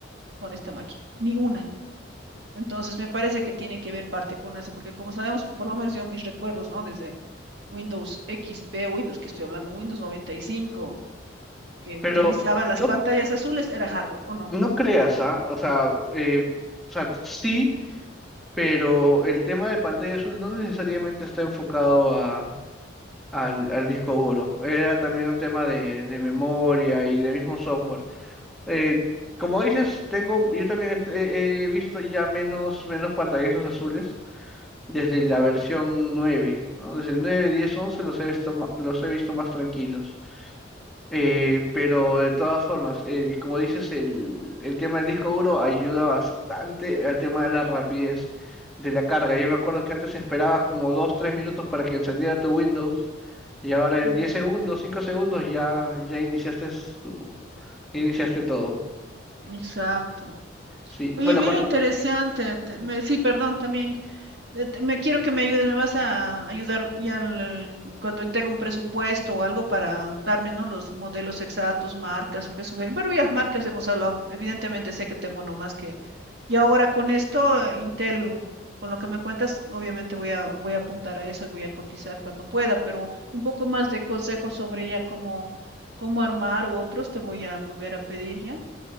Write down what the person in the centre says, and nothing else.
Pero
no,
no creas, ¿ah? O sea, eh, o sea, sí, pero el tema de pantalla azul no necesariamente está enfocado a, al, al disco duro. Era también un tema de, de memoria y de mismo software. Eh, como dices, tengo, yo también he, he- he visto ya menos, menos pantallazos azules. desde la versión 9, ¿no? Desde el 9, 10, 11 los he visto, ma- los he visto más tranquilos. Eh, pero de todas formas, eh, como dices, el, el tema del disco duro ayuda bastante al tema de la rapidez de la carga. Yo me acuerdo que antes esperabas como 2, 3 minutos para que encendiera tu Windows y ahora
en 10 segundos, 5 segundos ya, ya iniciaste, tu, iniciaste todo.
Sí,
bueno,
con-